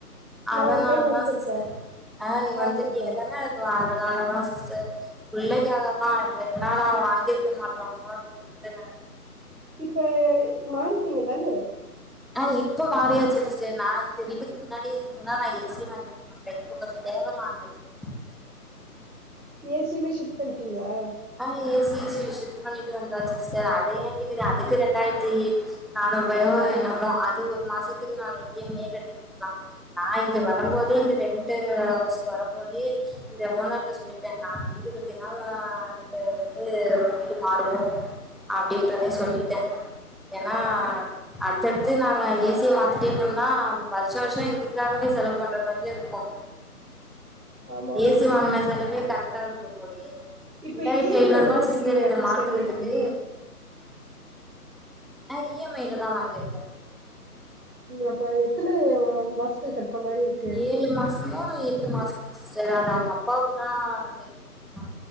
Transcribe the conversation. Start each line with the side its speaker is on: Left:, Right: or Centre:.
Right: நா
Centre: அதனாலதா
Right: ஒன் டைம் வந்திருக்கே
Centre: சிஸ்டர் ஆ நீங்க
Right: பாத்துருக்கே
Centre: வந்திருக்கீங்க தான அதனாலதா சிஸ்டர் பிள்ளைக்காக தான் இல்லாட்டினா நாங்க வாங்கிருக்க மாட்டோ கது மேணம்
Right: இப்ப மாறிட்டிங்க தான
Centre: ஆ இப்ப மாறியாச்சு சிஸ்டர் நான் இந்த வீட்டுக்கு முன்னாடியே இருந்ததுன்னா நான் ஏ சிய வாங்கிருக்க மாட்டேன் இப்ப கொஞ்சோ தேவலா இந்த வீடு
Right: ஏ சியுமே ஷிஃப்ட் பண்ணிட்டீங்களா
Centre: ஆ ஏ சி ஏ விஷிப் பண்ணிட்டு வந்தா சிஸ்டர் அது ஏ கேக்குறீங்க அதுக்கு இரண்டாயிரத்தி நானூறு பயம் என்னமோ அது ஒரு மாசத்துக்கு நாங்க இ எம் ஐய கட்டிட்டு இருந்தோம் நா இங்க வரும் போதே இந்த ரண்ட் ஹவுஸ்க்கு வரும் போதே இந்த ஓனர் கிட்ட சொல்லிட்டேன் நாங்க வீடு கட்டினாலா வந்து வீடு மாறுவோம் அப்டின்றதே சொல்லிட்டே ஏன்னா அடுத்தடுத்து நாங்க ஏ சியை மாத்துட்டே இருந்தோம்னா வருஷம் வருஷம் இதுக்காகவே செலவு பண்ற மாதிரியில இருக்கு
Right: ஆமா
Centre: ஏ சி வாங்கின செலவே கரெக்டா இருந்துரும் போலையே
Right: இப்ப
Centre: இரண்டாயிரத்தி
Right: இ எம்
Centre: ஐநூறு
Right: ஐ லதா
Centre: ரூபாய்
Right: போட்ருக்கீங்களா
Centre: சிஸ்டர் இத மாத்தறதுக்கு
Right: ஏசி
Centre: ஆ இ எம் ஐல தான் வாங்கிருக்கோம்
Right: இன்னுபா எத்தன மாசத்து கட்டுற மாதிரி இரு
Centre: ஏழு மாசமோ எட்டு மாசமோ சிஸ்டர் அது அவங்க அப்பாக்கு தா தெரியுமா